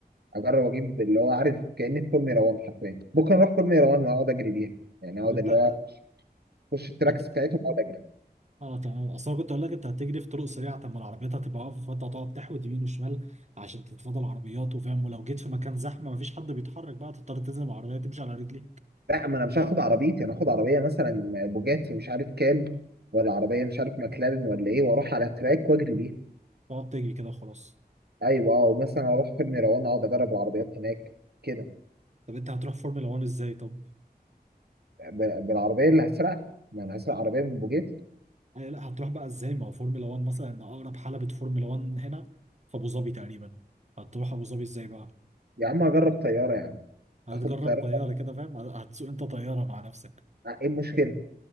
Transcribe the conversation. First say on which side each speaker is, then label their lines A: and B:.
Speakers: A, on the right; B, on the right.
A: أجرب أجيب اللي هو عارف كأني في فورمولا 1 حرفيا ممكن أروح فورمولا 1 وأقعد أجري بيها يعني أقعد
B: طب انت
A: اللي هو أخش التراكس
B: هت-
A: بتاعتهم وأقعد أجري
B: اه تمام اصل انا كنت اقول لك انت هتجري في طرق سريعه طب ما العربيات هتبقى واقفه فانت هتقعد تحود يمين وشمال عشان تتفادى العربيات وفاهم ولو جيت في مكان زحمه مفيش حد بيتحرك بقى تضطر تنزل من العربيه تمشي على رجليك
A: لا ما انا مش هاخد عربيتي انا هاخد عربيه مثلا بوجاتي مش عارف كام ولا عربيه مش عارف ماكلارين ولا ايه واروح على تراك واجري بيها
B: تقعد تجري كده وخلاص
A: ايوه او مثلا اروح فيلم روان اقعد اجرب العربيات هناك كده
B: طب انت هتروح فورمولا 1 ازاي طب
A: ب- بالعربيه اللي هسرقها ما انا هسرق عربيه من بوجاتي
B: أي لا هتروح بقى ازاي ما هو فورمولا 1 مثلا ان اقرب حلبه فورمولا 1 هنا في ابو ظبي تقريبا هتروح ابو ظبي ازاي بقى
A: يا عم اجرب طياره يا عم
B: هتجرب
A: اخد الطياره
B: طياره كده فاهم هتسوق انت طياره مع نفسك
A: آه، ايه المشكله